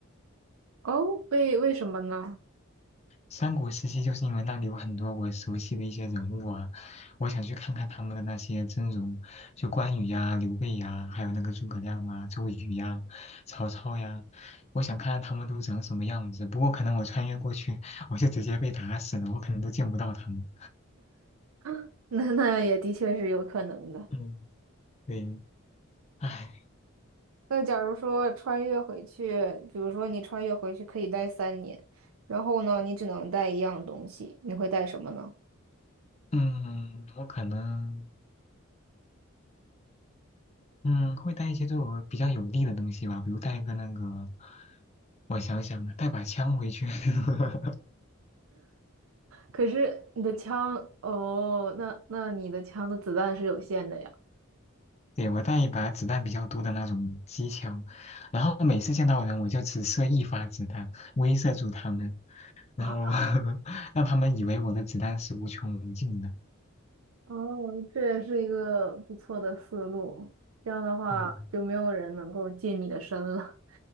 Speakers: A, on the right; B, on the left.
A: 哦，为为什么呢？
B: 三国时期就是因为那里有很多我熟悉的一些人物啊，我想去看看他们的那些真容，就关羽呀、刘备呀，还有那个诸葛亮啊、周瑜呀、曹操呀，我想看看他们都长什么样子。不过可能我穿越过去，我就直接被打死了，我可能都见不到他们。
A: <laughs> 那那也的确是有可能的。
B: 嗯，对，唉，
A: 那假如说穿越回去，比如说你穿越回去可以待三年，然后呢，你只能带一样东西，你会带什么呢？
B: 嗯，我可能嗯会带一些对我比较有利的东西吧，比如带一个那个，我想想，带把枪回去。<laughs>
A: 可是你的枪，哦，那那你的枪的子弹是有限的呀。
B: 对，我带一把子弹比较多的那种机枪，然后每次见到人我就只射一发子弹，威慑住他们，然后
A: <laughs> 啊。
B: <laughs> 让他们以为我的子弹是无穷无尽的。
A: 哦，这也是一个不错的思路。这样的话，
B: 嗯，
A: 就没有人能够近你的身了。